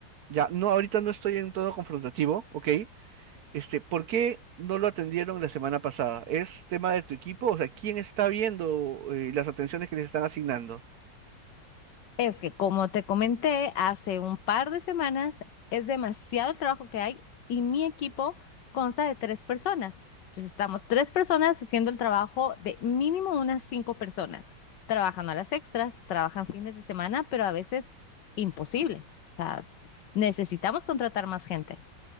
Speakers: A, on the right; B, on the left.
A: Ya, no, ahorita no estoy en todo confrontativo, ¿ok? Este, ¿por qué no lo atendieron la semana pasada? ¿Es tema de tu equipo? O sea, ¿quién está viendo eh, las atenciones que les están asignando?
B: Es que como te comenté hace un par de semanas, es demasiado el trabajo que hay y mi equipo consta de tres personas. Entonces estamos tres personas haciendo el trabajo de mínimo unas cinco personas, trabajando a las extras, trabajan fines de semana, pero a veces imposible. O sea, necesitamos contratar más gente.